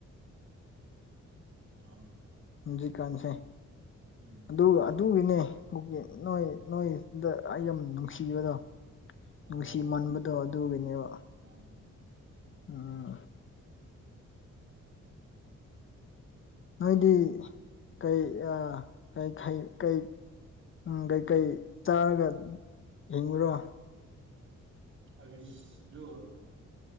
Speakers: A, on the right (about 40°); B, on the left (about 40°).
A: ꯑꯣ
B: ꯍꯨꯖꯤꯛꯀꯥꯟꯁꯦ
A: ꯎꯝ
B: ꯑꯗꯨ ꯑꯗꯨꯒꯤꯅꯦ ꯑꯩꯈ‌ꯣꯏꯒꯤ ꯅꯣꯏ ꯅꯣꯏꯗ ꯑꯩ ꯌꯥꯝ ꯅꯨꯡꯁꯤꯕꯗꯣ
A: ꯑꯣ
B: ꯅꯨꯡꯁꯤ ꯃꯟꯕꯗꯣ ꯑꯗꯨꯒꯤꯅꯦꯕ
A: ꯑꯣ
B: ꯎꯝ ꯅꯣꯏꯗꯤ ꯀꯩ ꯑ ꯀꯩꯈꯩ ꯀꯩ ꯎꯝ ꯀꯩꯀꯩ ꯆꯥꯔꯒ ꯍꯤꯡꯉꯨꯔꯣ
A: ꯑꯔꯤꯁ ꯗꯣ